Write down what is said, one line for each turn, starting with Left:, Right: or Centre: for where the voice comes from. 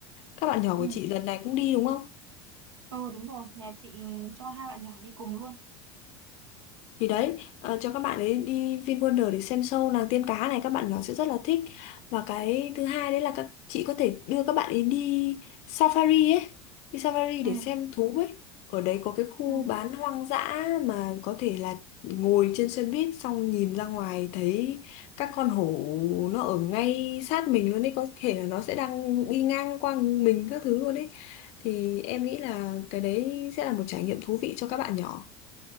Left: Các bạn nhỏ
Right: ừ.
Left: của chị lần này cũng đi đúng không?
Right: Ừ đúng rồi, nhà chị cho hai bạn nhỏ đi cùng luôn.
Left: Thì đấy, ờ, cho các bạn ấy đi VinWonder để xem show nàng tiên cá này các bạn nhỏ sẽ rất là thích. Và cái thứ hai đấy là các chị có thể đưa các bạn ấy đi safari ấy, đi safari
Right: Ừ
Left: để xem thú ấy. Ở đấy có cái khu
Right: ừ
Left: bán hoang dã mà có thể là ngồi trên xe buýt xong nhìn ra ngoài thấy các con hổ nó ở ngay sát mình luôn ấy, có thể là nó sẽ đang
Right: ừ.
Left: đi ngang qua mình các thứ luôn ấy. Thì em nghĩ là cái đấy sẽ là một trải nghiệm thú vị cho các bạn nhỏ.